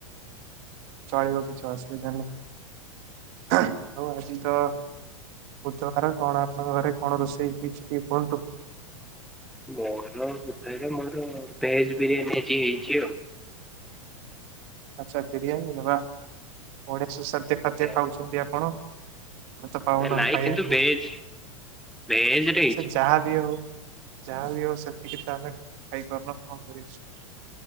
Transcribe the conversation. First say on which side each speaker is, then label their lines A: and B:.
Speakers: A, on the right; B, in the centre.
A: ଚଳିବ କିଛି ଅସୁବିଧା ନାହିଁ, ଆଉ ଆଜି ତ ବୁଧବାର, କଣ ଆପଣଙ୍କ ଘରେ କଣ ରୋଷେଇ ହେଇଛି କି କୁହନ୍ତୁ?
B: ମୋର ବୋଧେ, ମୋର ଭେଜ ବିରିୟାନି ଆଜି ହେଇଛି ଆଉ
A: ଆଛା ବିରିୟାନୀ ହେବା, ବଢିଆ ସୁସ୍ୱାଦୁ ଖାଦ୍ୟ
B: ଏ,
A: ଖାଉଛନ୍ତି ଆପଣ। ଆମେ ତ ପାଉନାହୁଁ
B: ନାଇଁ
A: ଖାଇବାକୁ,
B: କିନ୍ତୁ ଭେଜ ଭେଜ ରେ ହେଇଛି
A: ସେ
B: ମ।
A: ଯାହା ବି ହଉ ଯାହା ବିି ହଉ, ସେତିକି ତ ଆମେ ଖାଇ ପାରୁନୁ କଣ କରିବୁ।